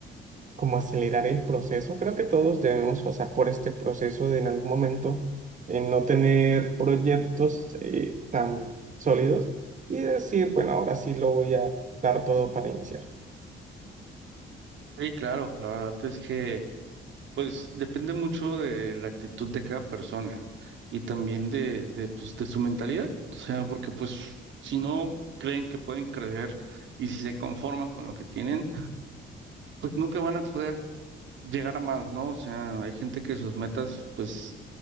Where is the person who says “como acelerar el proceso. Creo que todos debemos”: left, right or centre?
Right